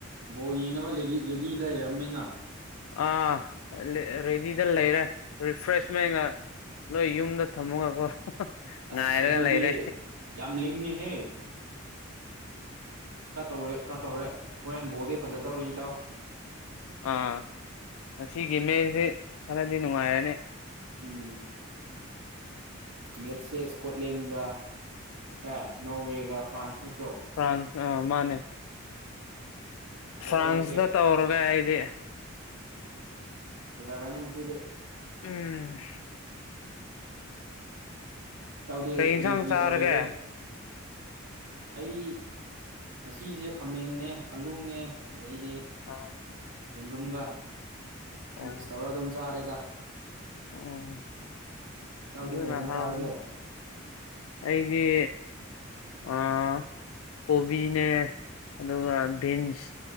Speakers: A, on the right; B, on the left.
A: ꯕꯣ ꯌꯦꯡꯅꯕ ꯔꯦꯗꯤ ꯂꯩꯔꯝꯅꯤꯅ
B: ꯑꯥ ꯔꯦꯗꯤꯗ ꯂꯩꯔꯦ ꯔꯤꯐ꯭ꯔꯦꯁꯃꯦꯟꯒ ꯂꯣꯏ ꯌꯨꯝꯗ ꯊꯝꯃꯒꯀꯣ
A: ꯑꯁ
B: ꯉꯥꯏꯔꯒ
A: ꯑꯗꯨꯗꯤ
B: ꯂꯩꯔꯦ
A: ꯌꯥꯝ ꯂꯤꯡꯉꯤꯍꯦ ꯈꯔ ꯇꯧꯔꯦ ꯈꯔ ꯇꯧꯔꯦ ꯍꯣꯔꯦꯟ ꯕꯣꯜꯗꯤ ꯐꯖꯗꯧꯔꯤ ꯏꯇꯥꯎ
B: ꯑꯥ ꯉꯁꯤꯒꯤ ꯃꯦꯁꯤ ꯈꯔꯗꯤ ꯅꯨꯡꯉꯥꯏꯔꯅꯤ
A: ꯎꯝ ꯃꯦꯠꯁꯁꯦ ꯏꯁꯀꯣꯠꯂꯦꯟꯒ ꯑꯦ ꯅꯣꯔꯋꯦꯒ ꯐ꯭ꯔꯥꯟꯁ ꯅꯠꯇ꯭ꯔꯣ
B: ꯐ꯭ꯔꯥꯟꯁ ꯑꯥ ꯃꯥꯅꯦ
A: ꯐꯖꯗꯧꯔꯤꯍꯦ
B: ꯐ꯭ꯔꯥꯟꯁꯇ ꯇꯧꯔꯒ ꯑꯩꯗꯤ
A: ꯐꯖꯔꯥꯅꯤ ꯉꯁꯤꯗꯤ
B: ꯎꯝ
A: ꯇꯥꯎꯗꯤ
B: ꯀꯩ ꯌꯦꯟꯁꯥꯡ
A: ꯀꯔꯤ ꯀꯔꯤ
B: ꯆꯥꯔꯒꯦ
A: ꯇꯧꯔꯤꯒꯦ ꯑꯩ ꯉꯁꯤꯁꯦ ꯈꯥꯃꯦꯟꯅꯦ ꯑꯂꯨꯅꯦ ꯑꯗꯩꯗꯤ
B: ꯑꯥ
A: ꯌꯦꯟꯔꯨꯝꯒ ꯃꯤꯛꯁ
B: ꯑꯣ
A: ꯇꯧꯔꯒ ꯑꯗꯨꯝ ꯆꯥꯔꯦꯗ
B: ꯑꯣ
A: ꯏꯇꯥꯎꯗꯤ
B: ꯑꯗꯨꯅ
A: ꯀꯩ ꯏꯟꯖꯥꯡ
B: ꯍꯥꯎꯅꯤ
A: ꯆꯥꯔꯒꯦ
B: ꯑꯩꯗꯤ ꯑ ꯀꯣꯕꯤꯅꯦ ꯑꯗꯨꯒ ꯕꯤꯟꯁ